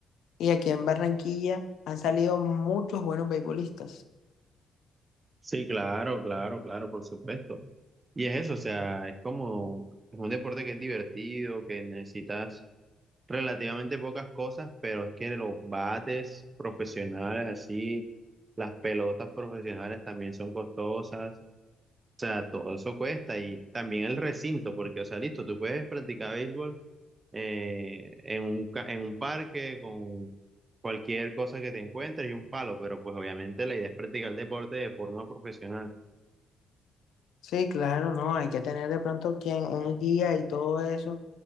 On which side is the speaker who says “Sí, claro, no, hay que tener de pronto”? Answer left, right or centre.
Left